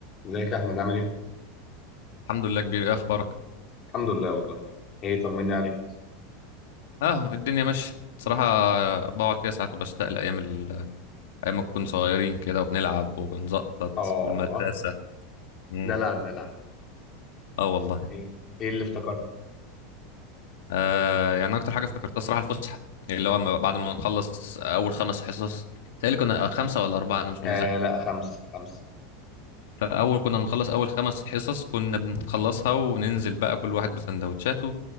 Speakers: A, on the left (about 30°); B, on the left (about 85°).
A: ازيك يا احمد عامل ايه؟
B: الحمد لله كبير ايه اخبارك
A: الحمد لله والله ايه طمني عليك
B: اه الدنيا ماشيه بصراحه بقعد كده ساعات وبشتاق لايام ال... ايام ما كنا صغيرين كده وبنلعب وبنزقطط
A: اه
B: والمدرسه مم.
A: دلع دلع
B: اه والله
A: ايه ايه اللي افتكرته؟
B: آه يعني اكتر حاجه افتكرتها صراحه الفسحه اللي هو أما- بعد ما نخلص اول خمس حصص تهيألي كنا آه، خمسه ولا اربعه انا مش
A: آه
B: متذكر
A: لا خمسة خمسة
B: فاول كنا بنخلص اول خمس حصص كنا بنخلصها وننزل بقى كل واحد بسندوتشاته